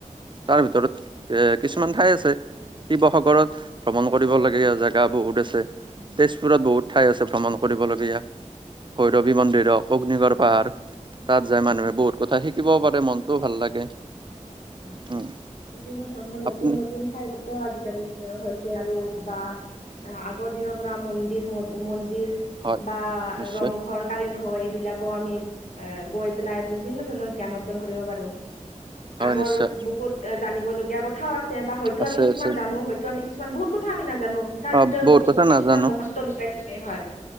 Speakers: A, on the right (about 40°); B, on the left (about 75°).
A: তাৰ
B: উম
A: ভিতৰত এ, কিছুমান ঠাই আছে। শিৱসাগৰত ভ্ৰমণ কৰিবলগীয়া জা গা বহুত
B: উম
A: আছে।
B: হয়
A: তেজপুৰত বহুত ঠাই আছে ভ্ৰমণ কৰিবলগীয়া,
B: হয় হয় হয়
A: ভৈৰৱী মন্দিৰ, অ-অগ্নিগড়
B: হয়,
A: পাহাৰ।
B: হয়। ঐতিহ্য-
A: তাত যায়
B: ঐতিহ্যৰে
A: মানুহে বহুত
B: পৰা
A: কথা
B: চলি
A: শিকিবও পাৰে, মনটোও ভাল লাগে।
B: উ,
A: উম।
B: বিভিন্ন ধৰণৰ নতুন
A: আপুনি
B: নতুন ঠাইবোৰো আজিকালি হৈছে আৰু বা আগৰ দিনৰ ৰাম মন্দিৰ, ম-মন্দিৰ
A: হয়
B: বা
A: নিশ্চয়
B: ৰংঘৰ কাৰেংঘৰ এইবিলাকো আমি এ, গৈ পেলাই বিভিন্ন ধৰণৰ জ্ঞান অৰ্জন কৰিব পাৰোঁ।
A: হয়
B: আগৰ
A: নিশ্চয়
B: বহুত জানিবলগীয়া কথাও আ চে বা হয়তো
A: আছে
B: আমি কিছুমান
A: আছে
B: জানো, হয়তো আমি কিছুমান, বহুত কথা আমি নাজানো তাৰ
A: অ
B: ভিতৰত বহুত
A: কথা
B: কিছুমান
A: নাজানো।
B: মহত্ব কাই থাকে, হয়।